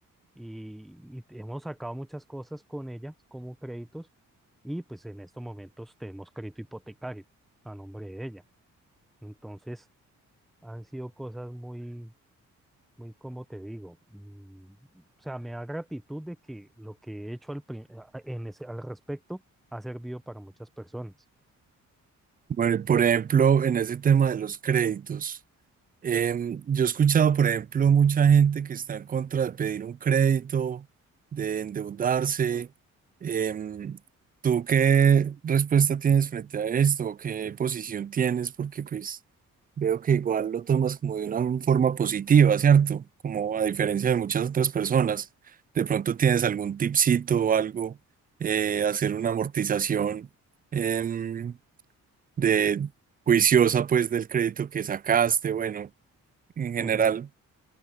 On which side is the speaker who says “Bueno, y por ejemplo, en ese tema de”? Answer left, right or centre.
Right